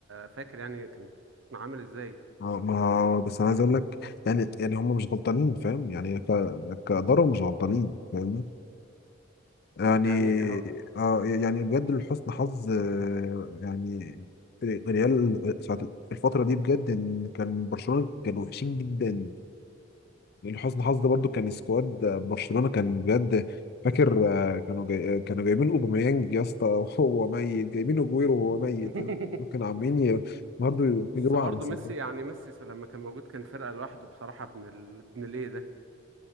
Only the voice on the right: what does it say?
فاكر يعني كانت عامل إزاي
يعني هو
<laughs>
بس برضه
ميسي يعني ميسي س- لما كان موجود كان فرقة لوحده بصراحة ابن ال... ابن الايه ده